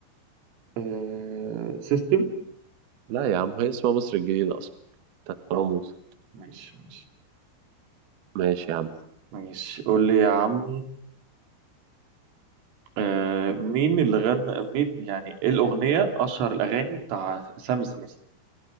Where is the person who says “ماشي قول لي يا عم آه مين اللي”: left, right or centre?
Right